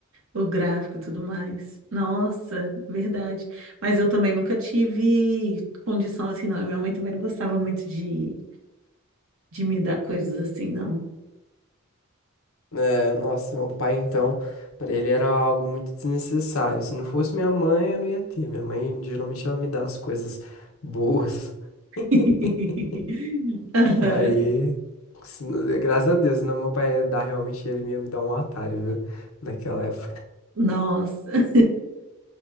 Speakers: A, on the right; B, on the left.
A: O gráfico e tudo mais. Nossa, verdade. Mas eu também nunca tive condição assim, não. E minha mãe também não gostava muito de, de me dar coisas assim, não.
B: É, nossa, meu pai então, pra ele era algo muito desnecessário. Se não fosse minha mãe, eu não ia ter. Minha mãe, geralmente, ela me dá as coisas boas.
A: <laughs>
B: <laughs>
A: Aham.
B: Aí, se não- é, graças a Deus, senão meu pai ia dar realmente, ele ia me dar um Atari, viu? Naquela época.
A: Nossa,